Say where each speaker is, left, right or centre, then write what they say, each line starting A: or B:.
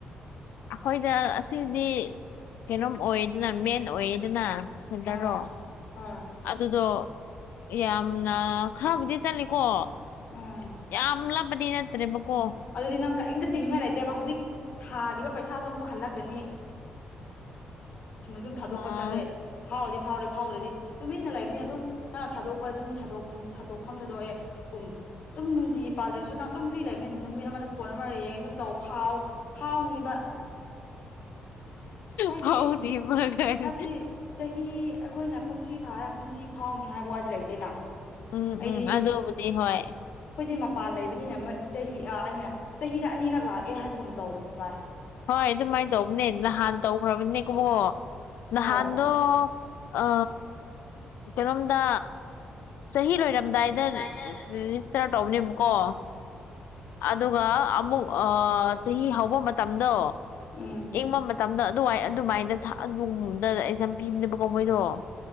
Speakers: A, on the left (about 80°); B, on the left (about 50°).
A: ꯑꯩꯈꯣꯏꯗ ꯑꯁꯤꯗꯤ ꯀꯩꯅꯣꯝ ꯑꯣꯏꯗꯅ ꯃꯦꯟ ꯑꯣꯏꯗꯅ ꯁꯦꯟꯇꯔꯔꯣ
B: ꯍꯣꯏ ꯍꯣꯏ
A: ꯑꯗꯨꯗꯣ ꯌꯥꯝꯅ ꯈꯔꯕꯨꯗꯤ ꯆꯠꯂꯤꯀꯣ
B: ꯎꯝ
A: ꯌꯥꯝ ꯂꯕꯗꯤ ꯅꯠꯇ꯭ꯔꯦꯕꯀꯣ
B: ꯑꯗꯨꯗꯤ ꯅꯪ ꯀꯔꯤꯝꯇ ꯇꯤꯡꯉ ꯂꯩꯇꯦꯕ ꯍꯧꯖꯤꯛ ꯊꯥꯔꯤꯕ ꯄꯩꯁꯥꯁꯨ ꯑꯃꯨꯛ ꯍꯜꯂꯛꯀꯅꯤ ꯁꯨꯝꯅ ꯁꯨꯝ ꯊꯥꯗꯣꯛꯄ
A: ꯑꯥ
B: ꯆꯠꯂꯦ ꯐꯥꯎꯗꯤ ꯐꯥꯎꯔꯦ ꯐꯥꯎꯗ꯭ꯔꯗꯤ ꯇꯨꯃꯤꯟꯅ ꯂꯩꯕꯅꯤꯅ ꯑꯗꯨꯝ ꯅꯪ ꯊꯥꯗꯣꯛꯄ ꯑꯗꯨꯝ ꯊꯥꯗꯣꯛ ꯊꯥꯗꯣꯛꯐꯝ ꯊꯥꯗꯣꯛꯑꯦ ꯀꯨꯝ ꯑꯗꯨꯝ ꯅꯨꯡꯇꯤꯒꯤ ꯄꯥꯜꯗ꯭ꯔꯁꯨ ꯅꯪ ꯑꯗꯨꯝ ꯐ꯭ꯔꯤ ꯂꯩꯕꯃꯤꯅꯤꯅ ꯅꯨꯃꯤꯠ ꯑꯃꯗ ꯐꯣꯟ ꯑꯃꯔ ꯌꯦꯡꯉ ꯑꯗꯨꯝ ꯇꯧ ꯐꯥꯎ ꯐꯥꯎꯅꯤꯕ ꯍꯥꯏꯗꯤ
A: ꯐꯥꯎꯅꯤꯕ ꯀꯥꯏꯅ
B: ꯍꯥꯏꯕꯗꯤ ꯆꯍꯤ ꯑꯩꯈꯣꯏꯅ ꯀꯨꯝꯁꯤ ꯊꯥꯔꯒ ꯀꯨꯝꯁꯤ ꯐꯥꯎꯅꯤ ꯍꯥꯏꯕ ꯋꯥꯗꯤ ꯂꯩꯇꯦꯅ
A: ꯎꯝ
B: ꯑꯩꯗꯤ
A: ꯎꯝ ꯑꯗꯨꯕꯨꯗꯤ ꯍꯣꯏ
B: ꯑꯩꯈꯣꯏꯗꯤ ꯃꯄꯥꯟ ꯂꯩꯕꯅꯤꯅ ꯆꯍꯤ ꯑꯩꯅ ꯆꯍꯤꯗ ꯑꯅꯤꯔꯛ ꯂꯥꯛꯑꯦ ꯍꯥꯏꯕꯒꯨꯝ ꯇꯧꯕꯅꯤ ꯚꯥꯏ
A: ꯍꯣꯏ ꯑꯗꯨꯃꯥꯏꯅ ꯇꯧꯕꯅꯦ ꯅꯍꯥꯟ ꯇꯧꯈ꯭ꯔꯕꯅꯦ ꯀꯕꯣ
B: ꯍꯣꯏ
A: ꯅꯍꯥꯟꯗꯣ ꯑ ꯀꯩꯅꯣꯝꯗ ꯆꯍꯤ ꯂꯣꯏꯔꯔꯕ ꯔꯝꯗꯥꯏꯗ
B: ꯂꯣꯏꯔꯝꯗꯥꯏꯗ
A: ꯔꯦꯖꯤꯁꯇꯥꯔ ꯇꯧꯕꯅꯦꯕꯀꯣ ꯑꯗꯨꯒ ꯑꯃꯨꯛ ꯆꯍꯤ ꯍꯧꯕ ꯃꯇꯝꯗꯣ
B: ꯎꯝ
A: ꯏꯪꯕ ꯇꯝꯅ ꯑꯗꯨꯋꯥꯏ ꯑꯗꯨꯃꯥꯏꯅ ꯅꯨꯡꯝꯗ ꯑꯦꯛꯖꯥꯝ ꯄꯤꯕꯅꯦꯕꯀꯣ ꯃꯣꯏꯗꯣ